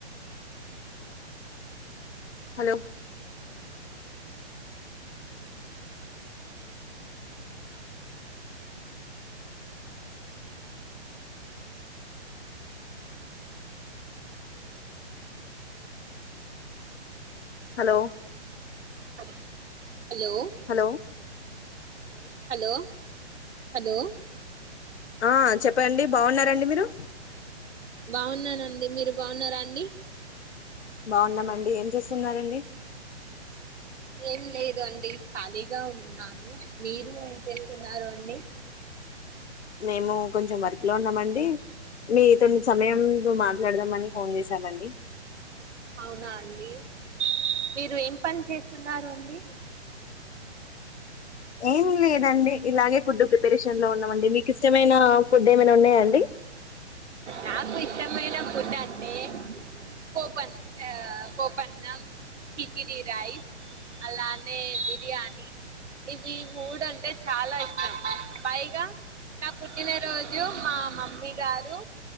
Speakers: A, on the left; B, on the right.
A: hello hello
B: hello hello
A: hello
B: hello hello
A: ఆ చెప్పండి బాగున్నారండి మీరు
B: బాగున్నానండి మీరు బాగున్నారా అండి.
A: బాగున్నామండి ఏం చేస్తున్నారండి.
B: ఏం లేదు అండి ఖాళీగా ఉన్నాను మీరు ఏం చేస్తున్నారు అండి.
A: మేము కొంచెం వర్క్ లో ఉన్నామండి. మీతోని సమయంతో మాట్లాడదామని. ఫోన్ చేసామండి.
B: అవునా ఆండీ, మీరు ఎంపనీ చేస్తున్నారు అండి.
A: ఏమి లేదండి ఇలాగే ఫుడ్డు ప్రిపే పరేషన్ లో ఉన్నామండి మీకు ఇష్టమైన ఫుడ్ ఏమైనా ఉన్నాయా అండి.
B: నాకు ఇష్టమైన ఫుడ్ అంటే పోపన్ ఆ పోపన్నం, కిచిడి రైస్ అలా నే బిర్యానీ. ఇవి మూడంటే చాలా ఇష్టం పైగా నా పుట్టిన రోజు మా మమ్మీ గారు